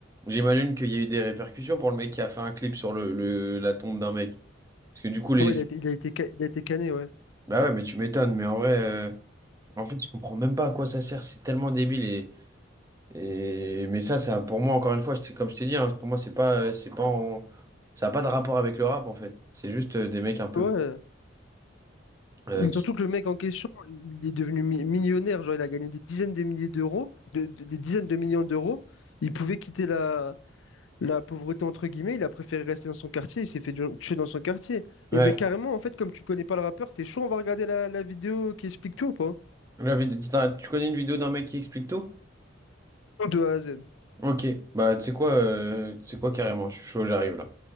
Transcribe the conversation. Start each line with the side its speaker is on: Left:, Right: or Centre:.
Right: J'imagine qu'il y a eu des répercussions pour le mec qui a fait un clip sur le, le- la tombe d'un mec. Parce que du coup, les,
Left: Ouais, il a, été- il a été, ca- il a été cané, ouais.
Right: Bah ouais, mais tu m'étonnes, mais en vrai, euh, en fait, je comprends même pas à quoi ça sert, c'est tellement débile et, et mais ça, ça, pour moi, encore une fois, je t'ai- comme je t'ai dit, hein, pour moi, c'est pas, euh, c'est pas en- ça a pas de rapport avec le rap, en fait. C'est juste euh, des mecs un peu,
Left: Ouais.
Right: euh,
Left: Surtout
Right: qui...
Left: que le mec en question, il est devenu mi- millionnaire, genre il a gagné des dizaines de milliers d'euros, de- de- des dizaines de millions d'euros. Il pouvait quitter la, la pauvreté entre guillemets, il a préféré rester dans son quartier, il s'est fait du- tuer dans son quartier.
Right: Ouais,
Left: Et ben carrément, en fait, comme tu connais pas le rappeur, t'es chaud, on va regarder la, la vidéo qui explique tout ou pas?
Right: la vid- t'as- tu connais une vidéo d'un mec qui explique tout?
Left: Tout De A à Z.
Right: Ok, bah tu sais quoi, euh, tu sais quoi carrément, je suis chaud, j'arrive là.